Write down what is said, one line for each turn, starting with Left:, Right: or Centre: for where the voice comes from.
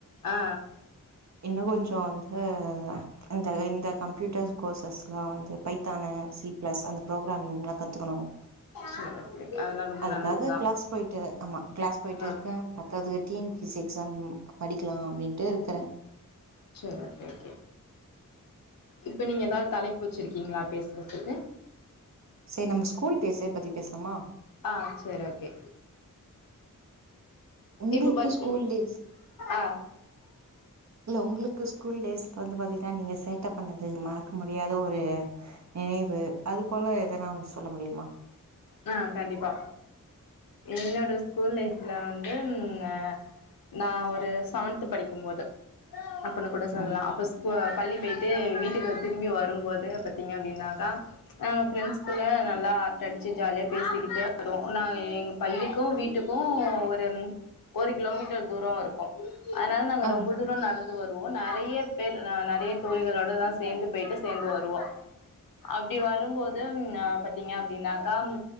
Left: ஆ
Right: இன்னும் கொஞ்சோ வந்து இந்த இந்த கம்ப்யூட்டர் கோர்சஸ் எல்லாம் வந்து பைத்தான் சி பிளஸ் அந்த ப்ரோகிரமிங் எல்லாம் கத்துக்கணும்
Left: சரி ஓகே அதெல்லா ரொம்ப
Right: அதுக்காக
Left: நல்லதுதா
Right: கிளாஸ் போயிட்டு ஆமா கிளாஸ் போயிட்டு
Left: ஆ
Right: இருக்கேன் பத்தாதுக்கு T N P C exam படிக்கலாம் அப்டின்ட்டு இருக்கறே
Left: சரி ஓகே ஓகே இப்ப நீங்க ஏதாவ் தலைப்பு வச்சிருக்கீங்ளா பேசறதுக்கு
Right: செரி நம்ம ஸ்கூல் டேஸே பத்தி பேஸ்லாமா
Left: ஆ செரி ஓகே
Right: உங்களுக்கு
Left: இப்போ பாத்
Right: ஸ்கூல் டேஸ்
Left: ஆ
Right: இல்ல ஒங்ளுக்கு ஸ்கூல் டேஸ்ல வந்து பாத்தீங்கன்னா நீங்க சேட்டப் பண்ணது மறக்க முடியாத ஒரு நினைவு அது போல எதனா சொல்ல முடியுமா
Left: ஆ கண்டிப்பா என்னோட ஸ்கூல் லைஃப் இதுல வந்து ந நா ஒரு செவன்த் படிக்கும்போது அப்ப நா கூட சொல்லலாம்
Right: ம்
Left: ஸ்கூ பள்ளி போயிட்டு வீட்டுக்கு திரும்பி வரும்போது பாத்தீங்க அப்டின்னாக்கா ஆ ஃப்ரெண்ட்ஸ்க்குள்ள நல்லா அரட்ட அடிச் சி ஜாலியா பேசிக்கிட்டே வருவோம் நான் எங்க பள்ளிக்கும் வீட்டுக்கும் ஒரு ஒரு கிலோமீட்டர் தூரோ இருக்கும் அதனால நாங்க
Right: ஆ
Left: ரொம்ப தூரோ நடந்து வர் ருவோ நெறைய பேர் ந நெறைய தோழிகளோடதான் சேந்து போயிட்டு சேந்து வருவோம் அப்டி வரும்போது ம் பாத்தீங்க அப்டின்னா கான்